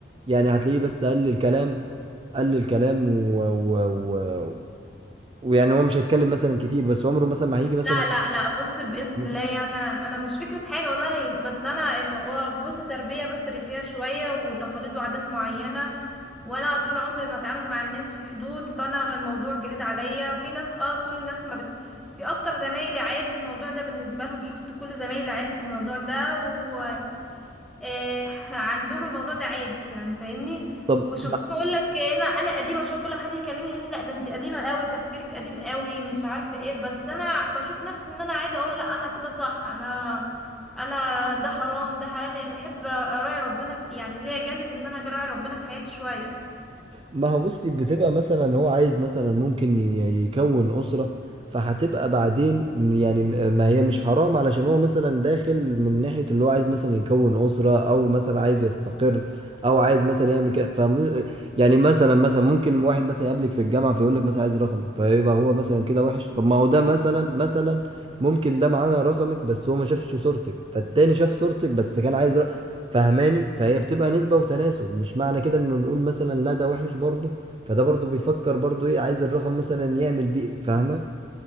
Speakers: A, on the right; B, in the centre.
A: يعني هتلاقيه بس قل الكلام قل الكلام و... و... و... ويعني هو مش هيتكلم مثلا كتير بس عمره مثلا ما هيجي مثلا
B: لا لا لا بص بإذن
A: <laughs>
B: الله يعني انا مش فكرة حاجة والله بس انا هو بص تربية بس ريفية شوية وتقاليد وعادات معينة وانا طول عمري بتعامل مع الناس في حدود فانا الموضوع جديد عليا في ناس اه كل الناس ما بت... في اكتر زمايلي عادي الموضوع ده بالنسبه لهم شفت كل زمايلي عادي في الموضوع ده و آه <laughs> عندهم الموضوع ده عادي يعني فاهمني
A: طب
B: وشفت اقول لك انا انا قديمه شويه كل ما حد يكلمني يقول لي لا ده انت قديمه قوي تفكيرك قديم قوي مش عارفه ايه بس انا بشوف نفسي ان انا عادي اقول لا انا كده صح انا انا ده حرام ده حلال انا بحب اراعي ربنا في- يعني ليا جانب ان انا اراعي ربنا في حياتي شويه
A: ما هو بصي بتبقى مثلا هو عايز مثلا ممكن ي- يكون أسرة فهتبقى بعدين يعني م- ما هي مش حرام علشان هو مثلا داخل من ناحية اللي هو عايز مثلا يكون أسرة أو مثلا عايز يستقر أو عايز مثلا يعمل كده فم... يعني مثلا مثلا ممكن واحد مثلا يقابلك في الجامعة فيقول لك مثلا عايز رقمك فيبقى هو مثلا كده وحش طب ما هو ده مثلا مثلا ممكن ده معاه رقمك بس هو ما شافش صورتك فالتاني شاف صورتك بس كان عايز فهماني فهي بتبقى نسبة وتناسب مش معنى كده انه نقول مثلا لا ده وحش برضه فده برضه بيفكر برضه ايه عايز الرقم مثلا يعمل بيه فاهمة